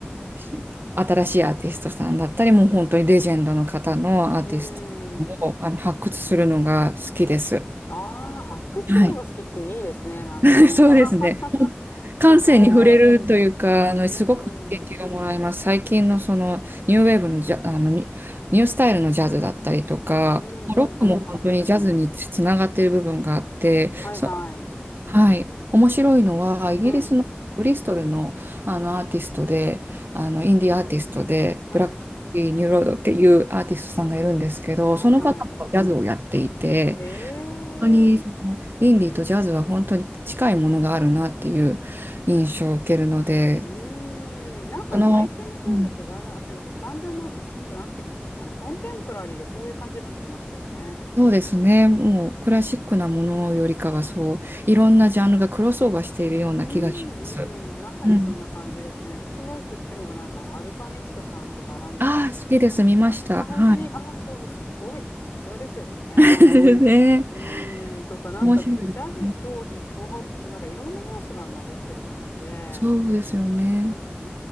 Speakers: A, on the right; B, on the left.
A: し新しいアーティストさんだったり、もう本当にレジェンドの方のアーティストもあの発掘するのが好きです。
B: うーん。ああ、発掘するのが好きっていいですね、
A: はい。
B: なんか。
A: <laughs> そうですね。
B: <laughs> すごい。
A: 感性に触れるというか、あの、
B: うんうん。
A: すごく刺激をもらいます。最近のそのニューウェーブのジャ、あのニ、ニュースタイルのジャズだったりとか、
B: うんうんうん、
A: ロックも本当にジャズにつながっている部分があって、
B: 確かに。はいはい。
A: そ、はい、面白いのはイギリスのブリストルの、
B: うん。
A: あのアーティストであのインディーアーティストでブラック・
B: はい。
A: ニューロードっていうアーティストさんがいるんですけどその方もジャズをやっていて
B: はいはい。へえ。
A: 本当にそのインディーとジャズは本当に近いものがあるなっていう印象を受けるので
B: うーん。なんか最近のジャズってだんだん、
A: あの、うん
B: あ、すみません。だんだんなんかすごくなってき、あの、コンテンポラリーでそういう感じになってきましたよね。
A: そうですねもうクラシックなものよりかはそういろんなジャンルがクロスオーバーしているような気がします。
B: うん、うん、まさにそんな感じですね。
A: うん、
B: 私もよく聞くのが、なんか、アルファミストさんとか、なんか、
A: ああ好きです見ました。
B: あ、あ、本当に、
A: はい
B: あそうそう、すごい、さすがですよね。
A: <laughs> ね。
B: うーん、とか、なんか、
A: 面白いですね。
B: ジャズとヒップホップと、なんか、いろんな要素が混じってる感じで、
A: そうですよね。
B: うん、うん、う